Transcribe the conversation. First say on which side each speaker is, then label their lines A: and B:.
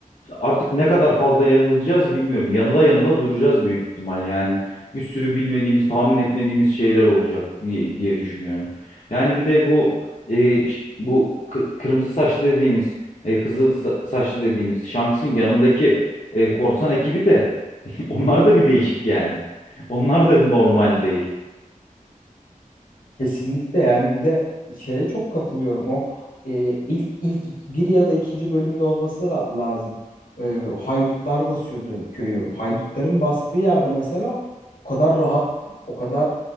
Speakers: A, on the left (about 55°); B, on the left (about 75°).
A: artık ne kadar fazla yanılacağız bilmiyorum. Yanıla yanıla duracağız büyük ihtimal yani. Bir sürü bilmediğimiz, tahmin etmediğimiz şeyler olacak diye, diye düşünüyorum. Yani bir de bu e, ş- bu kı- kırmızı saçlı dediğimiz, e, kızıl sa- saçlı dediğimiz Shanks'ın yanındaki e, korsan ekibi de <laughs> onlar da bir değişik yani. Onlar da normal değil.
B: Kesinlikle yani bir de şeye çok katılıyorum. O e, ilk ilk ik- bir ya da ikinci bölümde olması la- lazım. E, haydutlar basıyordu köyü. Haydutların bastığı yerde mesela o kadar rahat, o kadar